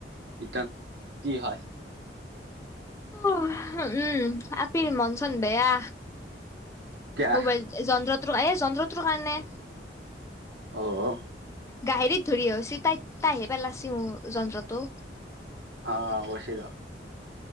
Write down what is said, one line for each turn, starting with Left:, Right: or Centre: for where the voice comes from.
Right: ইটা কি হয়
Left: উম, আপিৰ মন চন বেয়া
Right: এতিয়া
Left: মোবাইল যন্ত্ৰতটোৰ এই যন্ত্ৰত্ৰুৰ কাৰণে
Right: অ অ
Left: গাহেৰিত ধৰি অহিছি তাইক তাইহে পেলাচি মোৰ যন্ত্ৰটো
Right: অ কৈছি ৰ